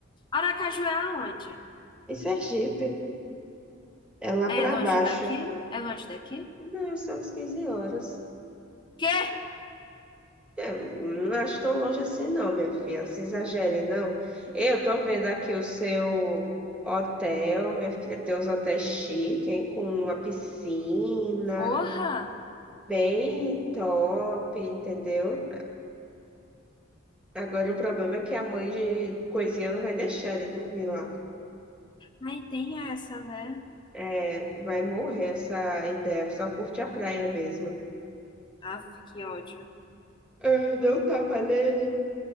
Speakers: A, on the left; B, in the centre.
A: Aracaju é aonde?
B: em Sergipe. É lá
A: É
B: para
A: longe
B: baixo.
A: daqui? É longe daqui?
B: Não, são as 15 horas.
A: Quê?
B: É, não acho tão longe assim, não, minha filha. Se exagere, não. Eu tô vendo aqui o seu hotel. Minha filha tem uns hotéis chiques, hein? Com uma piscina.
A: Porra!
B: Bem top, entendeu? Agora o problema é que a mãe de coisinha não vai deixar ele dormir lá.
A: Ai, tem essa, né?
B: É, vai morrer essa ideia. Só curte a praia mesmo.
A: Aff, que ódio.
B: Eu dei um tapa nele.